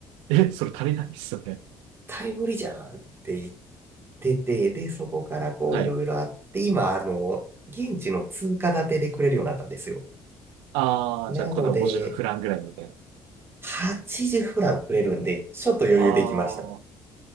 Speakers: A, on the right; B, on the right.
A: え、それ足りないですよね。
B: 対無理じゃんって言ってて、で、そこからこういろいろあって、
A: はい。
B: 今、あの、現地の通貨建てでくれるようになったんですよ。
A: ああ、
B: なので、
A: じゃあ、これは50フランぐらいみたいな。
B: 80フランくれるんで、ちょっと余裕できました。
A: ああ。